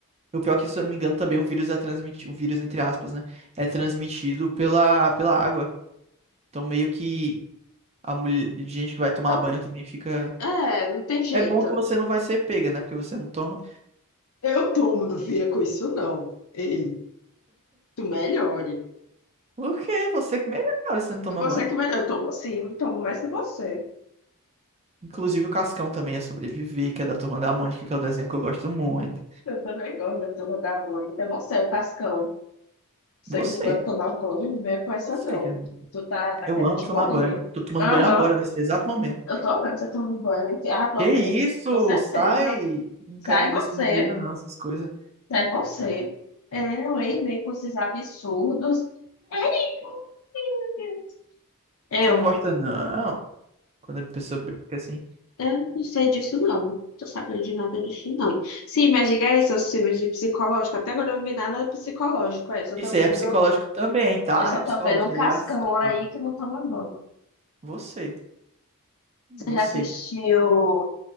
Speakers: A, on the right; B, on the left.
A: o pior que, se eu não me engano, também o vírus é transmitido, o vírus, entre aspas, né? É transmitido pela, pela água. Então, meio que a mulher, gente que vai tomar
B: não.
A: banho também fica.
B: é, não tem jeito.
A: É bom que você não vai ser pega, né? Porque você não toma.
B: Eu tomo, não fica com isso, não. Ei, Tu melhore.
A: Porque você que melhora se você não toma
B: Você
A: banho.
B: que melhor. Eu tomo sim, eu tomo mais que você.
A: Inclusive o Cascão também é sobreviver, que é da Turma da Mônica, que é o desenho que eu gosto muito.
B: Eu também gosto da turma da Mônica. É Você, o Cascão. Você
A: Você.
B: que não gosta de tomar banho, não venha com essa
A: Você
B: não.
A: que não.
B: Tu tá, tá
A: Eu
B: querendo
A: amo tomar
B: morrer.
A: banho. Eu tô tomando
B: Aham.
A: banho agora, nesse exato momento.
B: Eu tô vendo você tomando banho. Ah, tô
A: Que
B: mesmo.
A: isso?
B: Com certeza.
A: Sai! Não
B: Sai
A: quero que
B: você.
A: você me veja, não, essas coisas.
B: Sai você. É, eu vem com esses absurdos. Ai, meu Deus. Eu.
A: Você não gosta, não. Quando a pessoa brinca assim.
B: Eu não sei disso, não. Não Tô sabendo de nada disso, não. Sim, mas diga isso, os filmes de psicológico. Até agora eu não vi nada psicológico. é. Eu só
A: Isso
B: tô vendo,
A: aí é psicológico também, tá?
B: eu só
A: É psicológico,
B: tô vendo um cascão
A: é de ação.
B: aí que não toma banho.
A: Você. Você.
B: Você já assistiu